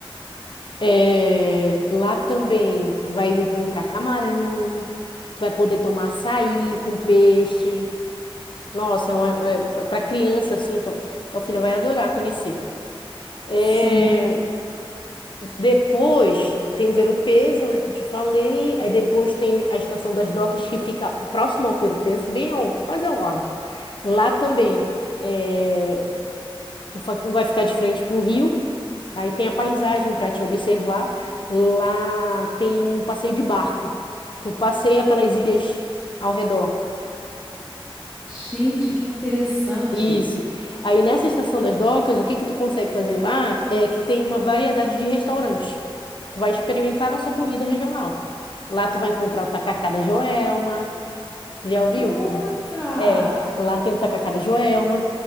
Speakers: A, on the left; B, on the left.
A: É, lá também tu vai encontrar camarão, tu vai poder tomar açaí com peixe. Nossa, é uma, é, para criança assim, tu- tua filha vai adorar conhecer. É,
B: Sim.
A: depois tem o Ver-o-Peso, né, que eu te falei. Aí depois tem a Estação das Docas que fica próximo ao Ver-o-Peso, bem ao, quase ao lado. Lá também é, tu fa- vai ficar de frente pro rio. Aí tem a paisagem para te observar. Lá tem um passeio de barco. Tu passeia pelas ilhas ao redor.
B: Gente, que interessante!
A: Isso. Aí nessa estação das docas, o que que tu consegue fazer lá é que tem uma variedade de restaurantes. Tu vai experimentar nossa comida regional. Lá tu vai encontrar o tacacá da Joelma. Tu Já ouviu?
B: Nossa!
A: amor? É, lá tem o tacacá da Joelma.